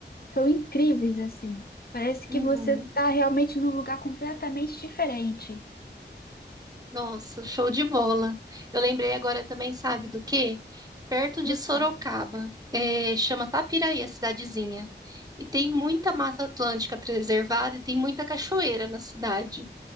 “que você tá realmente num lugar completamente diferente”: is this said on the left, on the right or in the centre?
Left